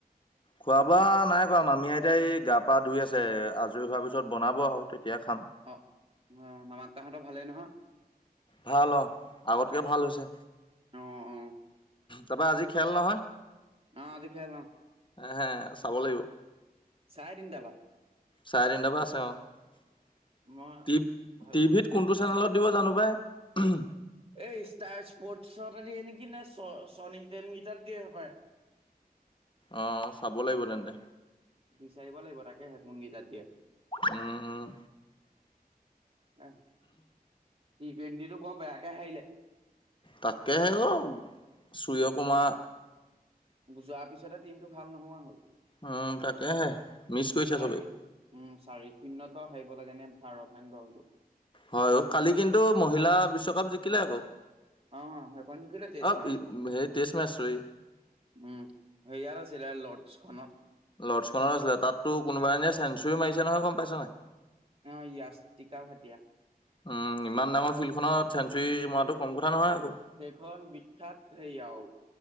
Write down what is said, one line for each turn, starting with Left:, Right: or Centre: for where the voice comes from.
Left: খোৱা বোৱা নাই কৰা মামি আইতাই এই গা পা ধুই আছে আজৰি হোৱাৰ পিছত বনাব আও। তেতিয়া খাম।
Right: অ অ মামা কাহঁতৰ ভালেই নহয়?
Left: ভাল অঁ, আগতকে ভাল হৈছে।
Right: অ অ
Left: তাৰপৰা আজি খেল নহয়।
Right: অ', আজি খেল অ'।
Left: এহে চাব লাগিব।
Right: চাৰে তিনটা পা।
Left: চাৰে তিনিটাৰ পৰা আছে অ',
Right: মই
Left: টি-টিভিত
Right: ভাব
Left: কোনটো চেনেলত দিব জানো পাই।
Right: এই ষ্টাৰ স্পৰ্টচত দিয়ে নেকি নে চনী টেন কিতাত দিয়ে হ'ব পায়।
Left: অ', চাব লাগিব তেন্তে।
Right: বিচাৰিব লাগিব তাকে হে কোনকেইটাত দিয়ে।
Left: উম, উম।
Right: আহ টি টুৱেন্টি টো বৰ বেয়াকে হাৰিলে।
Left: তাকেহে অ', সূৰ্যকুমাৰ
Right: যোৱাৰ পিছতে টিমটো ভাল নোহোৱা হ'ল।
Left: উম, তাকেহে মিছ কৰিছে
Right: চাৰি
Left: চবে।
Right: উম, চাৰি শূন্যত হাৰিব লাগে নে ভাৰত হেন দলটো।
Left: হয়, অ', কালি কিন্তু মহিলা বিশ্বকাপ জিকিলে আকৌ।
Right: অ', সেইখন জিকিলে তেছ
Left: অ'
Right: মেচ।
Left: হেৰি টেষ্ট মেচ চৰি
Right: উম, হেৰীয়াত আছিলে লৰ্ডছখনত।
Left: লৰ্ডছখনত আছিলে তাততো কোনোব এজনীয়ে চেঞ্চুৰি মাৰিছে নহয় গ'ম পাইছ নাই?
Right: অ', য়াষ্টিকা ভটিয়া।
Left: উম, ইমান ডাঙৰ ফিল্ডখনত চেঞ্চুৰী মৰাটো কম কথা নহয় আকৌ।
Right: সেইখন বিখ্যাত হেৰি আৰু